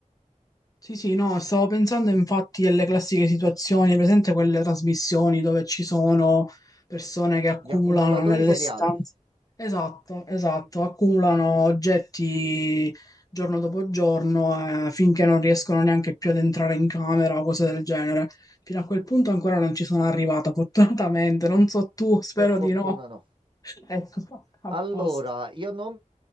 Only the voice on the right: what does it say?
Gli accumulatori
seriali,
per fortuna
no.
Allora,
io non